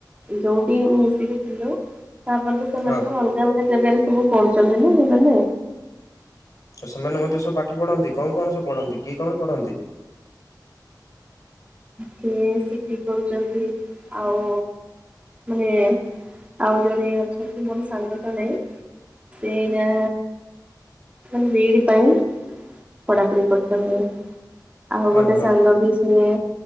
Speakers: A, on the right; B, on the left.
A: ଯୋଉଠି ମିଶିକି ଥିଲୁ ତାପରେ ତ ସେମାନଙ୍କର
B: ହଁ
A: ଅଲଗା ଅଲଗା ଜାଗାରେ ସବୁ ପଢୁଛନ୍ତି ନା ସେମାନେ।
B: ଆଉ ସେମାନେ ମଧ୍ୟ ସବୁ ପାଠ ପଢନ୍ତି, କଣ କଣ ସବୁ ପଢନ୍ତି? କିଏ କଣ ପଢନ୍ତି?
A: ବିଏ ସିଟି କରୁଛନ୍ତି, ଆଉ ମାନେ ଆଉ ଜଣେ ଅଛନ୍ତି ମୋର ସାଙ୍ଗ ଜଣେ, ସେଇଯା ମାନେ ବିଇଡି ପାଇଁ ପଢାପଢି କରୁଛନ୍ତି। ଆମ ଗୋଟେ
B: ଓହୋ
A: ସାଙ୍ଗ ବି ସିଏ